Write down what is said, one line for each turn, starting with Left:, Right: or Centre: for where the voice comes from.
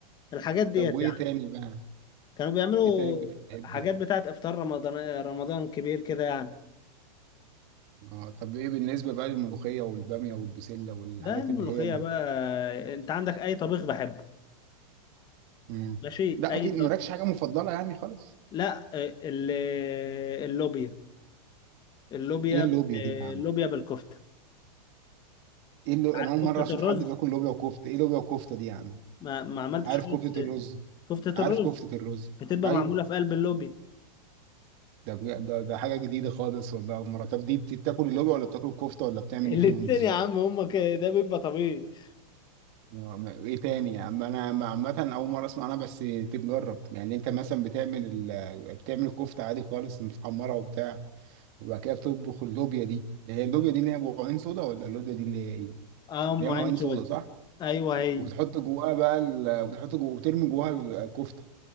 Left: الحاجات ديت
Right: طب وايه
Left: يعني
Right: تاني بقى
Left: كانوا بيعملوا
Right: ايه تاني بتحبي
Left: حاجات بتاعت إفطار رمضان رمضان كبير كده يعني
Right: اه طب ايه بالنسبه بقى للملوخيه والباميه والبسله والحاجات
Left: لا الملوخية
Right: اللي هي اللي
Left: بقى أنت عندك أي طبيخ بحبه
Right: مم.
Left: ماشي
Right: لا
Left: أي
Right: اكيد
Left: طب
Right: مالكش حاجه مفضله يعني خالص
Left: لا ال- اللوبيا اللوبيا
Right: ايه اللوبيا
Left: بال-
Right: دي يا عم
Left: اللوبيا بالكفتة
Right: ايه اللو...
Left: عارف
Right: انا اول مره
Left: كفتة
Right: اشوف
Left: الرز
Right: حد بياكل لوبيا وكفته ايه لوبيا وكفته دي يا عم
Left: ما, ما عملتش
Right: عارف
Left: خالص
Right: كفته الرز
Left: كفتة
Right: عارف
Left: الرز
Right: كفته الرز
Left: بتبقى
Right: ايوه
Left: معمولة في قلب اللوبيا
Right: ده بجد- ده, ده حاجه جديده خالص والله اول مره طب دي بت- بتاكل اللوبيا ولا بتاكل الكفته ولا بتعمل
Left: الاتنين
Right: ايه فيهم بالظبط
Left: يا عم هما كده ده بيبقى طبيخ
Right: آه، ايه تاني يا عم انا م- عامه اول مره اسمع عنها بس تتجرب يعني انت مثلا بتعمل ال... بتعمل الكفته عادي خالص متحمره وبتاع وبعد كده بتطبخ اللوبيا دي هي اللوبيا دي اللي هي بعين صودا ولا اللوبيا دي اللي هي ايه اللي
Left: اه ام
Right: هي
Left: عين
Right: معين
Left: سود
Right: صودا صح
Left: ايوه هي
Right: وبتحط جواها بقى ال... وبتحط جوا... وترمي جواها الكفته